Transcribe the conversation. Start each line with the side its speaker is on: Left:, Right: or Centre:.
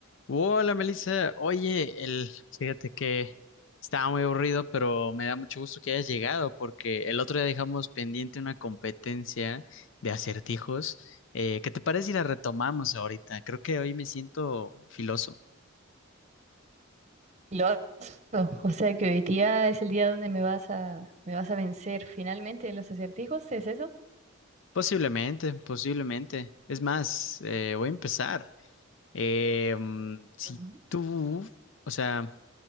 Left: Hola Melissa, oye, el, fíjate que estaba muy aburrido, pero me da mucho gusto que hayas llegado porque el otro día dejamos pendiente una competencia de acertijos. Eh, ¿qué te parece si la retomamos ahorita? Creo que hoy me siento filoso.
Right: Loco, o sea que hoy día es el día donde me vas a, me vas a vencer finalmente en los acertijos, ¿es eso?
Left: Posiblemente, posiblemente. Es más, eh, voy a empezar. Eh, mm, si
Right: Ujú.
Left: tú, o sea...